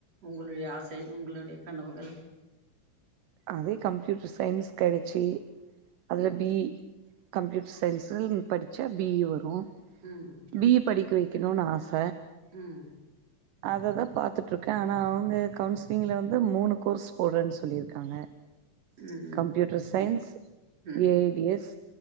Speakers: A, on the right (about 45°); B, on the right (about 80°).
A: உங்களுடைய ஆசை உங்களுடைய கனவுகள்
B: அதே கம்ப்யூட்டர் சயின்ஸ் கெடைச்சு அதுல
A: ம்
B: பி இ கம்ப்யூட்டர் சயின்ஸுன் படிச்சா பி இ வரு
A: ம்
B: பி இ படிக்க வை க்கணுன்னு ஆச.
A: ம்
B: அததா பாத்துட்ருக்கே. ஆனா அவங்க கவுன்சிலிங்ல வந்து மூணு கோர்ஸ் போடுறேன்னு சொல்லிருக் காங்க
A: ம்
B: கம்ப்யூட்டர் சயன்ஸ்
A: ம்
B: ஏ ஐ டி எஸ்